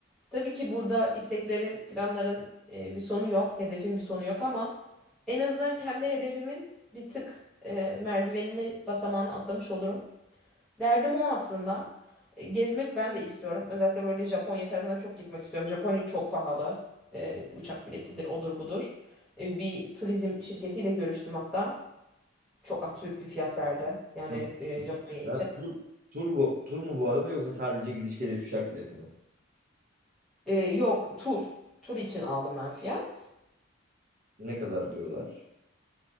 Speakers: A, in the centre; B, on the right (about 40°).
A: Tabii ki burada isteklerin, planların e, bir sonu yok, hedefin bir sonu yok ama en azından kendi hedefimin bir tık e, merdivenini, basamağını atlamış olurum. Derdim o aslında. E, Gezmek ben de istiyorum. Özellikle böyle Japonya tarafına çok gitmek istiyorum. Japonya çok pahalı. E, uçak biletidir, odur budur. E, bir turizm şirketiyle görüştüm hatta. Çok absürt bir fiyat verdi. Yani
B: Nasıl
A: e,
B: gidiş
A: Japonya için.
B: Tur, tur, bu, tur mu bu arada yoksa sadece gidiş geliş uçak bileti mi?
A: E, yok, tur. Tur için aldım ben fiyat.
B: Ne kadar diyorlar?